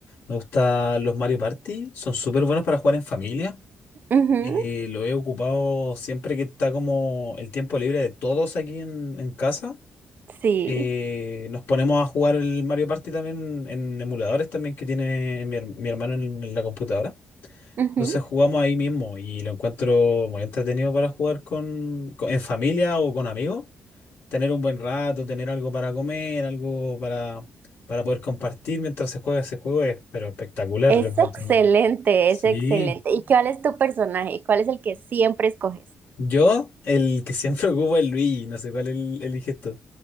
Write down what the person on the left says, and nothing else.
Me gustan los Mario Party, son súper buenos para jugar en familia.
Eh, lo he ocupado siempre que está como el tiempo libre de todos aquí en, en casa.
Eh, nos ponemos a jugar el Mario Party también en emuladores también que tiene mi, her- mi hermano en, en la computadora.
Entonces jugamos ahí mismo y lo encuentro muy entretenido para jugar con, con- en familia o con amigos tener un buen rato, tener algo para comer, algo para, para poder compartir mientras se juega ese juego es, pero espectacular,
lo encuentro.
Sí.
Yo, el que siempre <laughs> ocupo es Luigi, no sé cuál el, eliges tú.